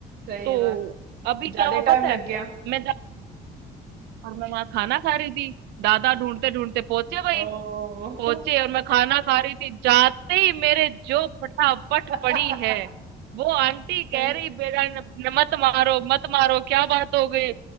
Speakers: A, on the right; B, on the right.
A: सही
B: तो
A: बात
B: अभी क्या
A: ज्यादा
B: हुआ
A: टाइम
B: पता है
A: लग गया
B: मैं जा और मैं वहां खाना खा रही थी दादा ढूंढते ढूंढते पहुंचे भाई
A: ओ
B: पहुंचे और मैं खाना खा रही थी जाते ही मेरे जो फटाफट
A: <laughs>
B: पड़ी है वो आंटी
A: सही
B: कह रही बेटा न, न, मत मारो मत मारो क्या बात हो गई